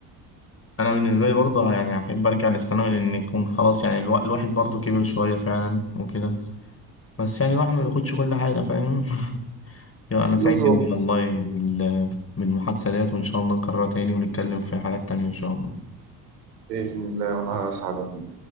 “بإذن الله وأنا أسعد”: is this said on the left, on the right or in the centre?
Right